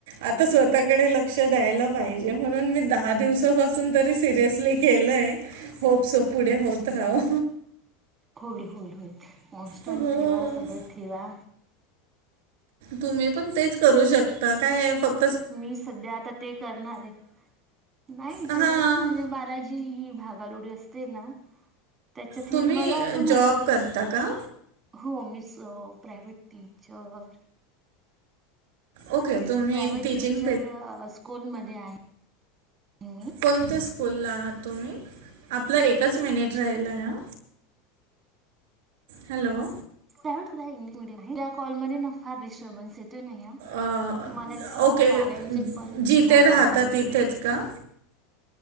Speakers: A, on the right; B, on the right.
A: आता स्वतःकडे लक्ष द्यायला पाहिजे, म्हणून मी दहा दिवसापासून तरी सिरियसली केलय होप सो पुढे होत रावो.
B: होईल होईल होईल. कॉन्स्टंट
A: हो.
B: ठेवा सगळं ठेवा
A: तुम्ही पण तेच करू शकता काय ए फक
B: मी सध्या आता ते करणार आहे नाही जेवायच
A: हां
B: म्हणजे <unintelligible> ही भागादोडी असते ते ना त्याच्यात
A: तुम्ही
B: हे मला आता म्हण
A: जॉब करता का?
B: हो मी स प्रायव्हेट टीचर
A: ओके तुम्ही
B: प्रायव्हेट
A: टीचिंग
B: टीचर स्कूलमध्ये आहे. मी
A: कोणते स बोलला आहात तूमी आपलं एकच मिनिट राहिलय हं. हॅलो.
B: <unintelligible> त्या कॉल मध्येन फार डिस्टर्बन्स येत ते नाही हं
A: अ,
B: मला ऍक्च्युली
A: ओके
B: गाडयांचे पण
A: जिथे
B: हो
A: राहता
B: गाडयांचे
A: तिथेच का